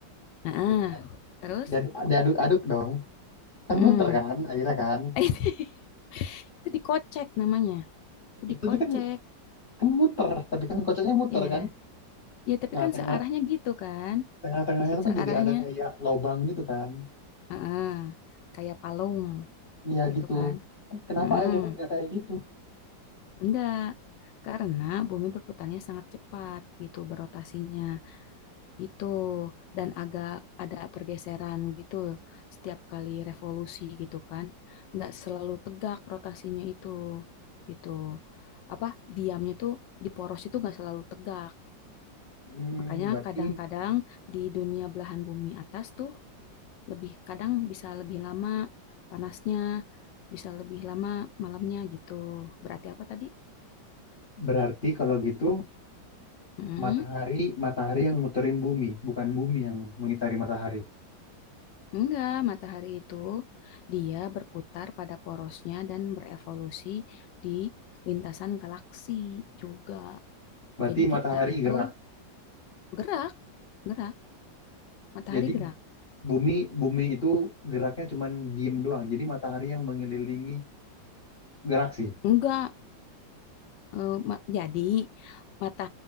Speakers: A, on the left; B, on the left.
A: Nah, ah.
B: ya kan?
A: terus?
B: Dan diaduk-aduk dong. Kan
A: Mm-mm.
B: muter kan airnya kan.
A: <laughs> Itu dikocek namanya. Itu
B: Itu
A: dikocek.
B: dia kan kan muter, tapi kan kocoknya muter
A: Ya.
B: kan.
A: Ya, tapi
B: Nah,
A: kan
B: tengah
A: searahnya gitu kan.
B: tengah-tengahnya itu
A: Searahnya
B: kan jadi ada kayak lobang gitu kan.
A: heeh, kayak palung
B: Iya
A: gitu
B: gitu.
A: kan.
B: Kenapa
A: Mm-mm.
B: air laut nggak kayak gitu?
A: Enggak. Karena bumi berputarnya sangat cepat gitu berotasinya gitu dan agak ada pergeseran gitu setiap kali revolusi gitu kan. Enggak selalu tegak rotasinya itu gitu. Apa diamnya tuh di poros itu enggak selalu tegak
B: Hmm,
A: Makanya
B: berarti
A: kadang-kadang di dunia belahan bumi atas tuh lebih kadang bisa lebih lama panasnya, bisa lebih lama malamnya gitu. Berarti apa tadi?
B: berarti kalau gitu
A: Hmm,
B: Matahari, matahari yang muterin bumi, bukan bumi yang mengitari matahari.
A: enggak, matahari itu dia berputar pada porosnya dan berevolusi di lintasan galaksi juga.
B: Berarti
A: Jadi
B: matahari
A: kita itu
B: gerak.
A: gerak, gerak, matahari
B: Jadi
A: gerak.
B: bumi bumi itu geraknya cuman diem doang. Jadi matahari yang mengelilingi galaksi.
A: Enggak, Eh, ma- jadi mata